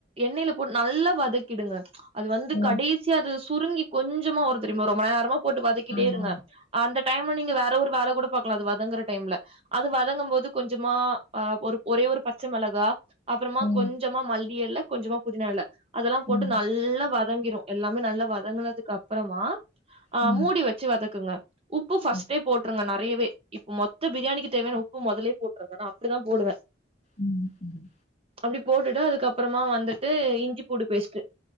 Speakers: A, on the right (about 30°); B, on the left (about 35°).
A: எண்ணெயில போட்டு நல்லா வதக்கிடுங்க அது வந்து
B: ம்
A: கடேசி யா அது சுருங்கி கொஞ்சமா வரு தெரியுமா ரொம்ப நேரமா போட்டு வதக்கிட்டே
B: ஆமா
A: இருங்க அந்த டைமு நீங்க வேற ஒரு வேல கூட பாக்கலா அது வதங்குற டைம்ல அது வதங்கும் போது கொஞ்சமா அ ஒரு ஒரே ஒரு பச்ச மெளகா அப்புறமா
B: ம்
A: கொஞ்சமா மல்லி எல கொஞ்சமா புதினா எல அதெல்லா போட்டு
B: ம்
A: நல்லா வத ங்கிரோ எல்லாமே நல்லா வதங்குனதுக்கு அப்புறமா அ
B: ம்
A: மூடி வச்சு வதக்குங்க உப்பு ஃபர்ஸ்ட்டே
B: ம்
A: போட்டுருங்க நறையவே இப்ப மொத்த பிரியாணிக்கு தேவையான உப்பு மொதல்லே போட்றுங்க நா அப்புடிதா போடுவே
B: ம் ம்
A: அப்டி போட்டுட்டு அதுக்கப்றமா வந்துட்டு இஞ்சி பூண்டு பேஸ்ட்டு